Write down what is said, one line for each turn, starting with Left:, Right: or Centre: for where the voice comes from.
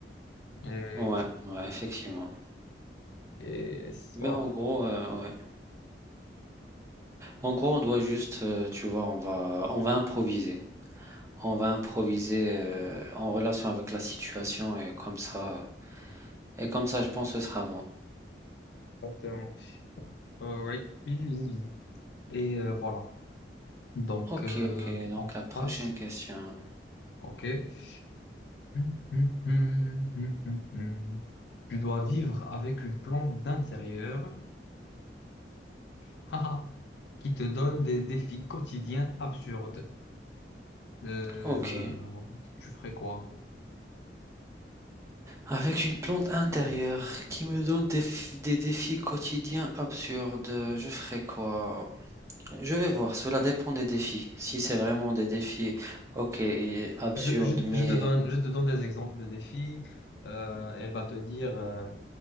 Left: Et,
Right: ouais, ouais, effectivement.
Left: et
Right: Mais
Left: voilà,
Right: en gros, euh, ouais. En gros, on doit juste, euh, tu vois, on va, on va improviser. On va improviser euh, en relation avec la situation et comme ça, et comme ça, je pense que ce sera bon.
Left: exactement. Euh, oui, oui, oui, oui. oui. Et euh, voilà. Donc,
Right: Ok,
Left: euh,
Right: ok, donc
Left: on
Right: la prochaine
Left: passe.
Right: question.
Left: OK. Hum, hum, hum, hum, hum, hum. Tu dois vivre avec une plante d'intérieur <laughs> haha, qui te donne des défis quotidiens absurdes. Euh,
Right: Ok.
Left: tu ferais quoi?
Right: Avec une plante intérieure qui me donne des, f- des défis quotidiens absurdes, je ferai quoi? Je vais voir, cela dépend des défis. Si c'est vraiment des défis, ok, et absurdes,
Left: Je, je-
Right: mais
Left: je te donne, je te donne des exemples de défis. Euh, elle va te dire, euh,